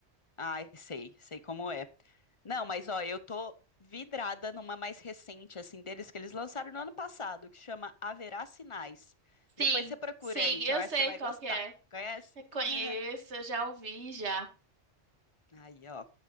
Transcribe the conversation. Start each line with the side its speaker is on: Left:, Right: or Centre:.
Left: Ai, sei, sei como é. Não, mas ó, eu tô vidrada numa mais recente, assim, deles que eles lançaram no ano passado, que chama Haverá Sinais.
Right: Sim,
Left: Depois você procura
Right: sim,
Left: aí, que
Right: eu
Left: eu acho
Right: sei
Left: que você vai
Right: qual
Left: gostar.
Right: que é.
Left: Conhece?
Right: Reconheço,
Left: <laughs>
Right: eu já ouvi já.
Left: Aí, ó.